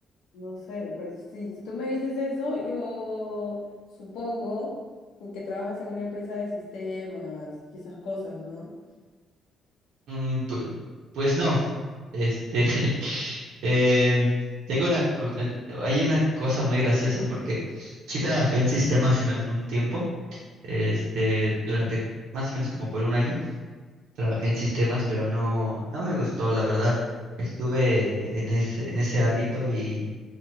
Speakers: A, on the left; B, on the right.
A: no sé, pues si, si tú me dices eso, yo supongo que trabajas en una empresa de sistemas y esas cosas, ¿no?
B: Mm, pu- pues no, este, <laughs> em, tengo una, cu- eh, hay una cosa muy graciosa porque sí trabajé en sistemas en algún tiempo, este,
A: Ujú.
B: durante más o menos como por un año. trabajé en sistemas, pero no, no me gustó, la verdad. Estuve en ese, en ese ámbito y,